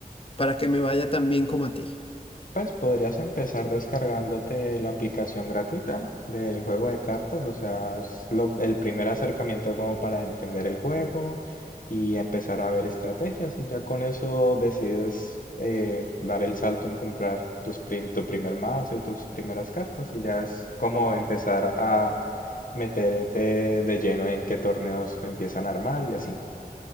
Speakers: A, on the left; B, on the left.
A: para que me vaya tan bien como a ti.
B: Pues podrías empezar descargándote la aplicación gratuita del juego de cartas, o sea, es lo- el primer acercamiento como para entender el juego y empezar a ver estrategias y ya con eso decides eh, dar el salto en comprar tus prim- tu primer mazo y tus primeras cartas y ya es como empezar a meterte de lleno en qué torneos empiezan a armar y así.